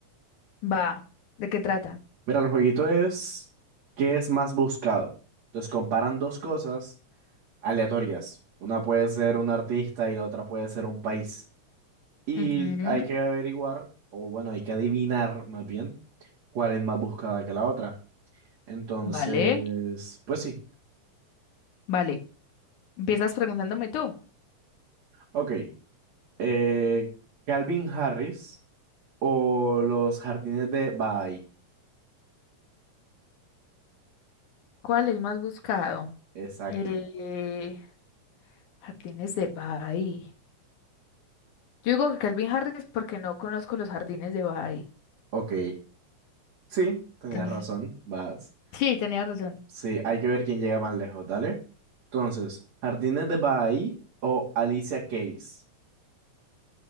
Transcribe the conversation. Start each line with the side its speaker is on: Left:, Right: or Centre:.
Left: Va, ¿de qué trata?
Right: Mira, el jueguito es ¿qué es más buscado? Entonces comparan dos cosas aleatorias. Una puede ser un artista y la otra puede ser un país. Y
Left: Ujú,
Right: hay que averiguar, o bueno, hay que adivinar más bien cuál es más buscada que la otra. Entonces,
Left: Vale,
Right: pues sí.
Left: vale. Empiezas preguntándome tú,
Right: Ok. eh, Calvin Harris o los jardines de Baha'i.
Left: ¿cuál es más buscado?
Right: Exacto.
Left: Eh, jardines de Bay. Yo digo que Calvin Harris porque no conozco los jardines de Bay.
Right: Ok. Sí, tenías
Left: Entonces,
Right: razón. Vas.
Left: <laughs> sí, tenía razón.
Right: Sí, hay que ver quién llega más lejos, ¿dale? Entonces, jardines de Baha'i o Alicia Keys.